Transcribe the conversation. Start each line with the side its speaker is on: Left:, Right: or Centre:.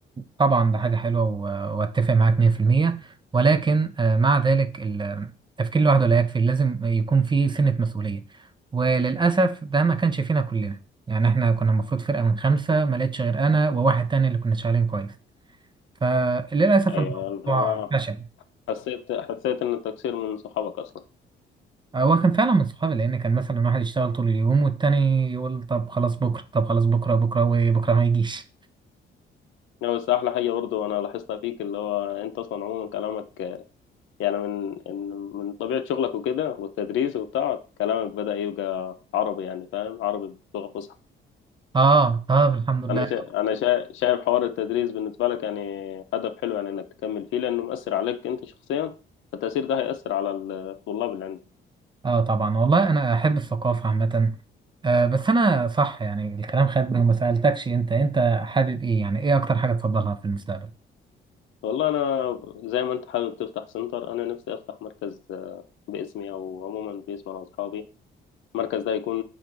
Right: طبعا ده حاجة حلوة و- واتفق معاك 100% ولكن آه، مع ذلك ال- التفكير لوحده لا يكفي لازم يكون في سنة مسؤولية وللأسف ده ما كانش فينا كلنا يعني احنا كنا المفروض فرقة من خمسة ما لقيتش غير أنا وواحد تاني اللي كنا شغالين كويس فللأسف
Left: ايوه
Right: الموضوع
Left: الله
Right: فشل
Left: حسيت حسيت ان التقصير من صحابك اصلا
Right: آه، هو كان فعلا من صحابي لأن كان مثلا واحد يشتغل طول اليوم والتاني يقول طب خلاص بكرة طب خلاص بكرة بكرة وبكرة ما يجيش
Left: لا بس احلى حاجه برضو انا لاحظتها فيك اللي هو انت اصلا عموما كلامك يعني من إن- من طبيعة شغلك وكده والتدريس وبتاع كلامك بدأ يبقى عربي يعني فاهم عربي بلغة فصحى
Right: اه طب الحمد لله
Left: أنا شا... أنا شا... شايف حوار التدريس بالنسبة لك يعني هدف حلو يعني إنك تكمل فيه لأنه مؤثر عليك أنت شخصيا فالتأثير ده هيأثر على الطلاب اللي عندك
Right: اه طبعا والله انا احب الثقافه عامه آه بس انا صح يعني الكلام خدني وما سالتكش انت انت حابب ايه يعني ايه اكتر حاجه تفضلها في المستقبل
Left: والله أنا زي ما أنت حابب تفتح سنتر أنا نفسي أفتح مركز آه، باسمي أو عموما باسم أنا وأصحابي المركز ده يكون